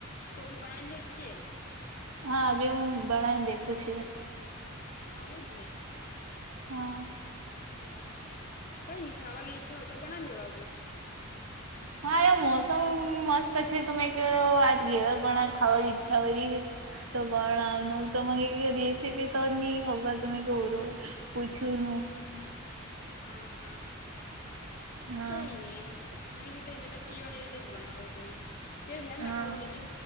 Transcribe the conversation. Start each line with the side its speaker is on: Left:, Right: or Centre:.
Left: તો ભી બનાાયને દેખજએ
Right: હા બે હું બણને દેખું છી
Left: હા ઉ જ ને હ
Right: હા
Left: હા કઈ નઈ ખાવા ગચ્છા હો તો બનાવી લેવાનુ
Right: હા એ મોસમ મસ્ત છે તમેં ક આજ ઘેવર પણ ખાવાની ઈચ્છા હોય ર છે તો પણનું તો મને રેસીપી ત નની ખબર તમે કેવર પૂછ્યું ન
Left: હા હા
Right: હા
Left: કઈ નહી એની રીતે જ મેં ક એ રીતે જ બનાવોમે ધ્યાન
Right: હા
Left: રાખવો નીચે